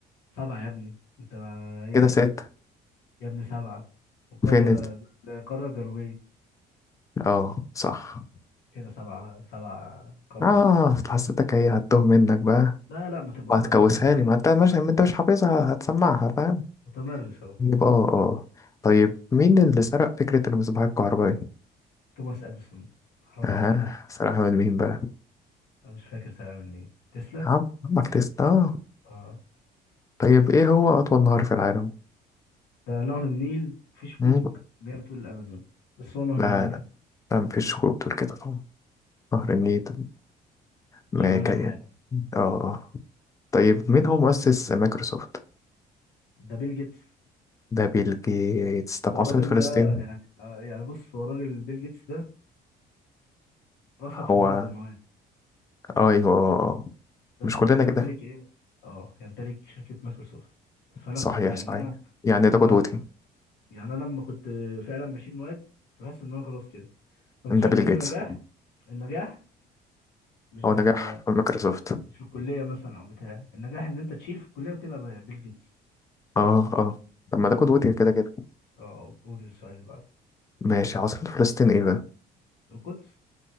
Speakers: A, on the left (about 85°); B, on the left (about 20°).
A: سبعه يا ابني انت ما ايه
B: كده ستة
A: يا ابني سبعة والقرية
B: فين ال...
A: القارة الجنوبية
B: اه صح
A: كده سبعة سبع قارات
B: اه أصل حسيتك هي هتوه منك بقى
A: لا لا ما تبقول
B: وهتكوسها
A: لك أنا متمرس
B: لي ما انت مش ما انت مش حافظها هتسمعها فاهم
A: متمرس أهو
B: يبقى اه اه طيب مين اللي سرق فكرة المصباح الكهربائي؟
A: توماس أديسون حرامي
B: اه
A: كبير
B: سرقها من مين بقى؟
A: أنا مش فاكر سنة من مين تسلا
B: عم عمك تسلا اه
A: آه
B: طيب ايه هو أطول نهر في العالم؟
A: ده نهر النيل في شكوك
B: مم؟
A: إن هي بتقول الأمازون بس هو نهر
B: لا
A: النيل
B: لا
A: يعني
B: لا مفيش خروج بتقول كده طبعا نهر النيل ماكايا
A: شغلانة الحياة
B: اه آه. طيب
A: ماشي
B: مين هو مؤسس مايكروسوفت
A: ده بيل جيتس
B: ده بيل جيتس طب
A: ده
B: عاصمة
A: الراجل
B: فلسطين
A: ده يعني آه يعني بص هو الراجل بيل جيتس ده رصد
B: هو
A: في بعض المواد
B: اه ايوه آه، آه.
A: بس
B: مش كلنا
A: الآن يمتلك
B: كده
A: إيه؟ آه يمتلك شركة مايكروسوفت فأنا
B: صحيح
A: كنت يعني
B: صحيح
A: أنا
B: يعني ده
A: انا
B: قدوتي
A: يعني انا لما كنت فعلا بشيل مواد كنت بحس ان انا خلاص كده فاكتشفت
B: ده بيل
A: ان
B: جيتس
A: النجاح النجاح مش
B: هو
A: بال
B: نجح في مايكروسوفت
A: مش في الكليه مثلا او بتاع النجاح ان انت تشيل في الكليه وتبقى ب- بيل جيتس
B: اه اه طب ما ده قدوتي
A: بالظبط
B: كده كده
A: اه آه، قول السؤال اللي بعده
B: ماشي عاصمة فلسطين ايه بقى
A: القدس